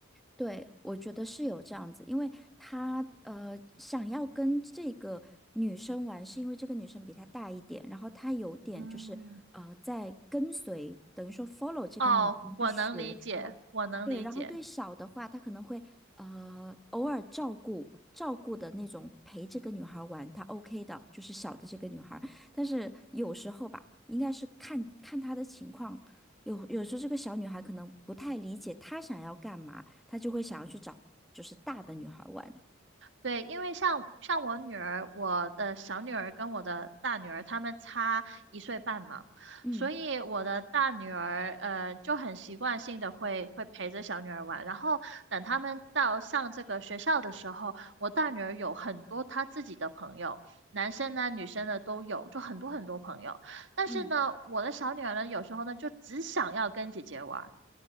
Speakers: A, in the centre; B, on the right (about 60°).
A: 对，我觉得是有这样子，因为他呃想要跟这个女生玩，是因为这个女生比他大一点，然后他有点就是呃在跟随，
B: 嗯，
A: 等于说 follow 这个女生去学她。
B: 哦，我能理解，我能理解。
A: 对，然后对小的话，他可能会呃偶尔照顾照顾的那种陪这个女孩玩，他 OK 的，就是小的这个女孩。但是有时候吧，应该是看看她的情况，有有时候这个小女孩可能不太理解她想要干嘛。他就会想要去找就是大的女孩玩，
B: 对，因为像像我女儿，我的小女儿跟我的大女儿，她们差一岁半嘛，
A: 嗯
B: 所以我的大女儿呃就很习惯性的会会陪着小女儿玩，然后等她们到上这个学校的时候，我大女儿有很多她自己的朋友，男生呢女生呢都有，就很多很多朋友，但是呢，
A: 嗯
B: 我的小女儿呢有时候呢就只想要跟姐姐玩。